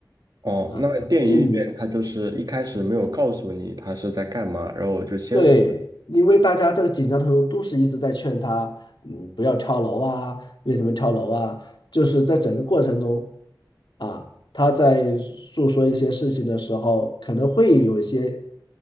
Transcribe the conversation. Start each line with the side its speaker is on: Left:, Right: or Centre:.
Right: 哦，
Left: 啊。
Right: 那电影里面他就是一开始没有告诉你他是在干嘛，
Left: 就是你
Right: 然后我就先说。
Left: 对，因为大家这个紧张的时候都是一直在劝他，嗯，不要跳楼啊，为什么跳楼啊？就是在整个过程中，啊，他在诉说一些事情的时候，可能会有一些，